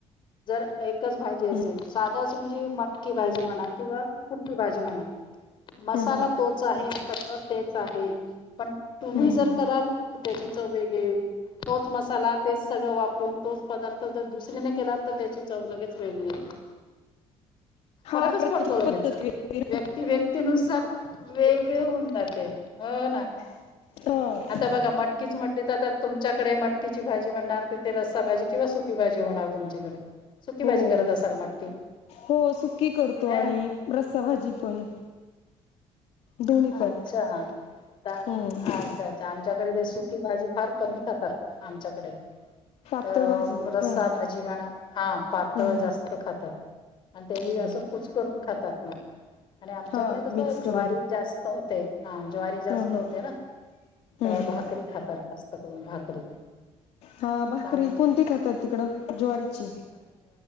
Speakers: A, on the left (about 45°); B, on the left (about 65°).
A: जर एकच भाजी असेल
B: हम्म
A: साधाच म्हणजे मटकी भाजी म्हणा किंवा कुठली भाजी म्हणा मसाला
B: हम्म हम्म
A: तोच आहे सगळ तेच आहे, पण तुम्ही
B: हम्म
A: जर
B: हम्म
A: कराल त्याची चव वेगळी तोच मसाला, तेच सगळ वापरून, तोच पदार्थ, जर दुसरीने केला तर त्याची चव लगेच वेगळी येते.
B: हा
A: फरकच
B: प्रत्येक
A: पडतो लगेच
B: पद्धत वेगळी
A: व्यक्ति व्यक् व्यक्तीनुसार वेगळे होऊन जाते. ह ना!
B: हो!
A: त बघा म मटकीच म्हटली तर आ तुमच्याकडे मटकीची भाजी बनणार का ते रस्सा भाजी किंवा सुकी भाजी होणार तुमच्याकडे सुकी भाजी
B: हो
A: करत असाल मटकी?
B: हो सुकी करतो
A: है
B: आणि
A: ना
B: रसाभजी पण. दोन्ही
A: अच्छा
B: पण
A: ता अच्छा,
B: हम्म
A: अच्छा! आमच्याकडे ते सुकी भाजी फार कमी खातात आमच्याकडे
B: पातळ
A: अ
B: भाजी मग
A: रसाभजी
B: का हम्म
A: म्हणा हा पातळ
B: हम्म
A: जास्त खातात. आणि तेही
B: हम्म
A: असं
B: हम्म
A: कुच करून खातात मग आणि आमच्याकडे
B: हा
A: कसं
B: मिक्स करून
A: ज्वारी जास्त होते. हा ज्वारी जास्त
B: हा हा
A: होते
B: हम्म
A: ना, तर
B: हम्म
A: भाकरी खातात जास्त करून भाकरी.
B: हा भाकरी
A: ताम
B: कोणती खातात तिकडं ज्वारीची?